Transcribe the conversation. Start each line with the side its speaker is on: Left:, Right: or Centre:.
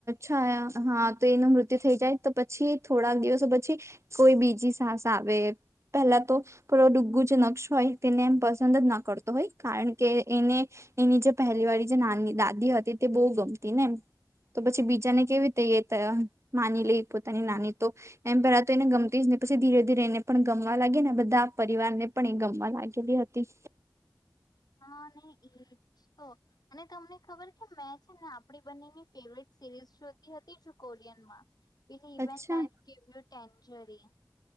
Right: હા તો એનું મૃત્યુ થઈ જાય તો પછી થોડાક દિવસો પછી કોઈ બીજી સાસ આવે પહેલા તો ડૂગ્ગું જે નકશ હોય તેને એમ પસંદ જ ના કરતો હોય કારણ કે એને એની જે પહેલી વાળી જે નાની દાદી હતી તે બહુ ગમતી ને એમ તો પછી બીજા ને કેવી રીતે થયા માની લઈ પોતાની નાની તો એમ પહેલા તો એને ગમતી જ ને પછી ધીરે ધીરે એને પણ ગમવા લાગી ને બધા પરિવારને પણ એ ગમવા લાગેલી હતી
Left: હા ને એજ તો અને તમને ખબર કે મેં છે ને આપડી બંનેની ફેવરેટ સિરીઝ જોતી હતી કોરિયનમાં <unintelligible>
Right: અચ્છા
Left: ટેન્ચરી